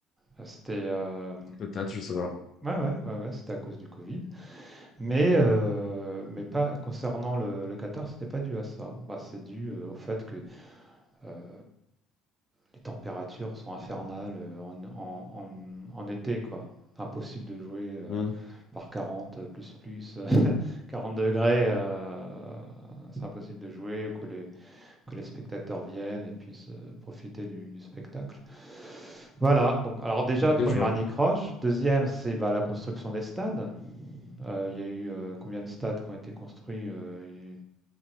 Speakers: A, on the right; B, on the left.
A: Ah, C'était... euh,
B: peut-être, je sais pas.
A: Ouais, ouais, ouais, ouais, c'était à cause du Covid. Mais, euh, mais pas concernant le, le Qatar, c'était pas dû à ça. Bah, c'est dû euh, au fait que euh, les températures sont infernales euh, en, en- en- en été, quoi. Impossible de jouer euh,
B: Hmm,
A: par 40 euh, plus plus 40 <laughs> degrés, euh, c'est impossible de jouer ou que les, que les spectateurs viennent et puissent euh, profiter du, du spectacle. Voilà. Donc, alors déjà
B: Ok,
A: première
B: je vois.
A: année croche. Deuxième, c'est bah, la construction des stades. Euh, il y a eu euh, combien de stades qui ont été construits euh,